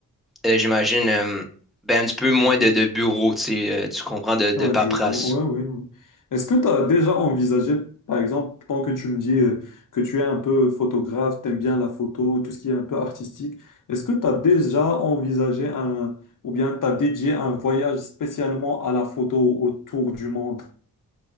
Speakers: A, in the centre; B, on the left (about 55°).
A: euh, j'imagine, euh, ben, un petit peu moins
B: mhm.
A: de, de bureau, tu sais, euh, tu comprends, de, de
B: Ah,
A: paperasse.
B: du coup, ouais, ouais, ouais. Est-ce que tu as déjà envisagé, par exemple, tant que tu me dis euh, que tu es un peu photographe, t'aimes bien la photo, tout ce qui est un peu artistique, est-ce que tu as déjà envisagé un, ou bien tu as dédié un voyage spécialement à la photo autour du monde?